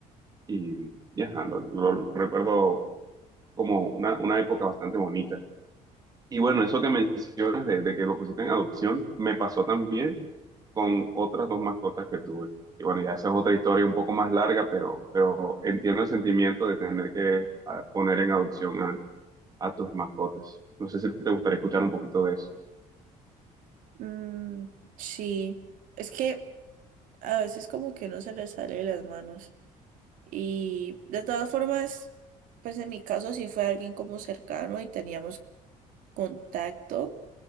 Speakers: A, on the right; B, on the right.
A: Y ya, lo lo recuerdo como una, una época bastante bonita. Y bueno, eso que mencionas de, de que lo pusiste en adopción, me pasó también con otras dos mascotas que tuve. Y bueno, ya esa es otra historia un poco más larga, pero, pero entiendo el sentimiento de tener que ah, poner en adopción a, a tus mascotas. No sé si te gustaría escuchar un poquito de eso.
B: Mm, Sí, es que a veces como que uno se le sale de las manos y de todas formas, pues en mi caso sí fue alguien como cercano y teníamos contacto